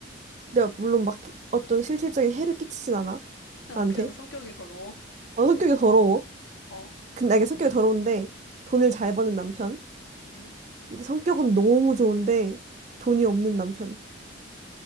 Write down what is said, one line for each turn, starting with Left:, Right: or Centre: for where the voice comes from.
Right: 내가 물론 막 어떤 실질적인 해를 끼치진 않아.
Left: <laughs> 아,
Right: 나한테.
Left: 그냥 성격이 더러워.
Right: 어, 성격이 더러워.
Left: 어,
Right: 근데 이게 성격이 더러운데 돈을 잘 버는 남편.
Left: 음.
Right: 근데 성격은 너무 좋은데 돈이 없는 남편.